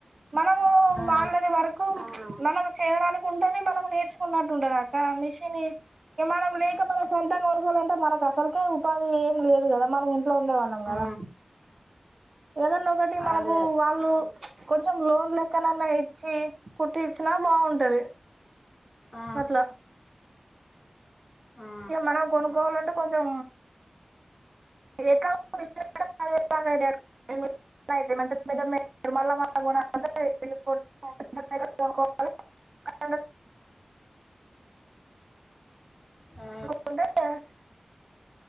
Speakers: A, on the right; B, on the left.
A: మనము
B: ఆ
A: వాళ్లది వర్కు మనము చేయడానికి ఉంటది మనము నేర్చుకున్నట్టు ఉంటది అక్క మిష ని మనం లేకపోతే సొంతంగా కొనుక్కోవాలంటే మనకు అసలుకే ఉపాధి ఏం లేదు కదా మనం ఇంట్లో ఉండేవాళ్ళం కదా
B: ఆ
A: ఏదన్నా ఒకటి మనకు
B: అదే
A: వాళ్ళు కొంచెం లోన్ లెక్కనన్నా ఇచ్చి కుట్టి ఇచ్చినా బాగుంటది
B: ఆ
A: అట్లా
B: ఆ
A: ఇక మనం కొనుక్కోవాలంటే కొంచెం <inaudible> <unintelligible>
B: ఆ
A: <unintelligible>